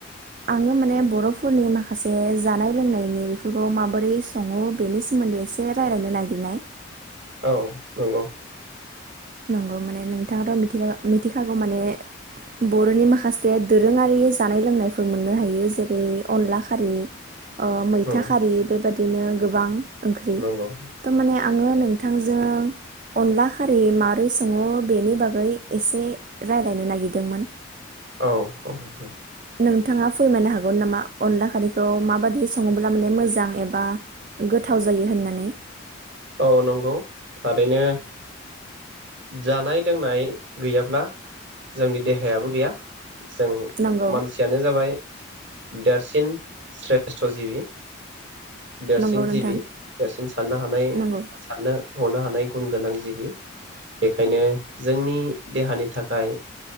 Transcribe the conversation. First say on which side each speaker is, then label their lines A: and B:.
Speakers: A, on the right (about 40°); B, on the right (about 60°).
A: आंङो माने बर'फोरनि माखासे जानाय लोंनायनि बेफोरखौ माबोरै सङो बेनि सोमोन्दै एसे एसे रायलायनो नागिरनाय
B: औ नंगौ
A: नंगौ माने नोंथाङाथ' मिथि मिथिखागौ माने बर'नि माखासे दोरोङारि जानाय लोंनायफोर मोननो हायो जेरै अनला खारि ओ मैथा
B: नंगौ
A: खारि बे बायदि दिनो गोबां ओंख्रि
B: नंगौ
A: तारमाने आङो बिथांजों अनला खारै म माबारै सङो बेनि बागै एसे रायज्लायनो नागिरदोंमोन।
B: औ। <unintelligible>
A: नोंथाङा फोरमायनो हागोन नामा अनला खारैखौ माबायदि सङोब्ला माने मोजां एबा गोथाव जायो होननानै?
B: औ नंगौ थारैनो जानाय लोंनाय गैयाब्ला जोंनि देहायाबो गैया जों
A: नंगौ
B: मानसियानो जाबाय देरसिन स्रेष्ट' जिबि। देरसिन
A: नंगौ नोंथां
B: जिबि देरसिन साननो हानाय
A: नंगौ
B: साननो हनो हानाय गुन गोनां जिबि। बेखायनो जोंनि देहानि थाखाय